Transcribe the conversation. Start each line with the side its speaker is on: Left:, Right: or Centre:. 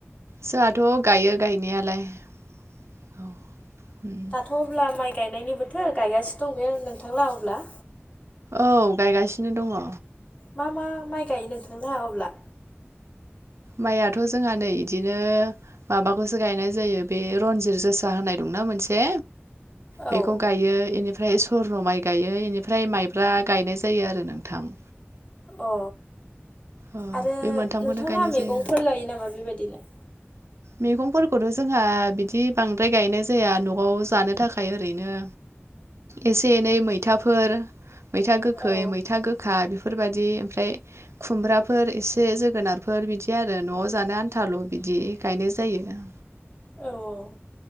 Right: जोंहाथ' गाइयो गायनायालाय औ ओम!
Left: दाथ' अब्ला माइ गायनायनि बोथोर गायगासिनो दं बे नोंथांला अब्ला?
Right: औ गायगासिनो दंङ।
Left: मा-मा माइ गाइयो नोंथांलाहा अब्ला?
Right: माइयाथ' जोंहा नै इदिनो माबाखौसो गायनाय जायो बे रनजित जोसा होननाय दंना मोनसे
Left: औ
Right: बेखौ गाइयो इनि <unintelligible> ओमफ्राय स <unintelligible> माइ गाइयो बेनिफ्राय माइब्रा गायनाय जायो आरो नोंथां।
Left: अ!
Right: औ
Left: आरो
Right: बे मोनथामखौनो
Left: नोंथांङालाहा
Right: गायनाय
Left: मैगंफोर
Right: जायो
Left: गाइयो नामा बेबायदिनो?
Right: मैगंफोरखौथ' जोंहा बिदि बांद्राय गायनाय जाया न'आव जानो थाखाय ओरैनो एसे-एनै मैथाफोर मैथा गोखै
Left: औ
Right: मैथा गोखै <unintelligible> खा बेफोरबायदि ओमफ्राय खुमब्राफोर एसे जोगोनारफोर बिदि आरो न'आव जानो आनथाल' बिदि! गायनाय जायो।
Left: औ-औ!